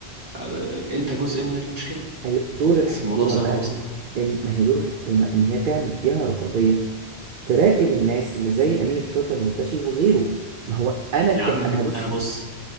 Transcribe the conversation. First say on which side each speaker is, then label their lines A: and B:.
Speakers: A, on the right; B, on the right.
A: أ- انت جزء من المشكله
B: أيوة، دور
A: بس
B: الحكومه
A: الموضوع سهل
B: بقى
A: وبسيط
B: ان ما هي دور الحكومه ان هي تعمل جهه رقابيه تراقب الناس اللي زي امين الشرطه المرتشي وغيره ما هو انا
A: يا
B: ك...
A: عم ما في
B: ما هو بص
A: انا بص